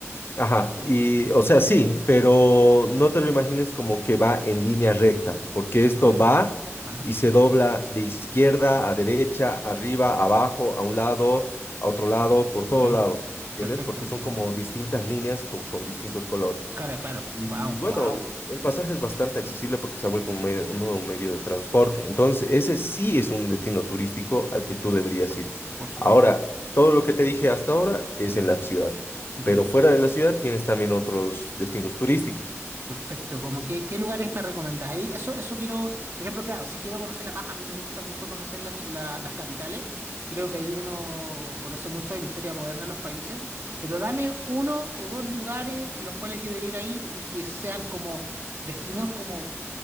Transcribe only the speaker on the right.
Ok,
ajá,
ok,
perfecto.
Cara, claro,
wow,
wow.
Por supuesto.
Ok.
Perfecto, como que, ¿qué lugares me recomendás? Ahí, eso, eso quiero, por ejemplo, claro, si quiero conocer La Paz, a mí me gusta mucho conocer las, la- las capitales, creo que ahí uno conoce mucho de la historia moderna de los países, pero dame uno o dos lugares en los cuales yo debiera ir y que sean como destinos como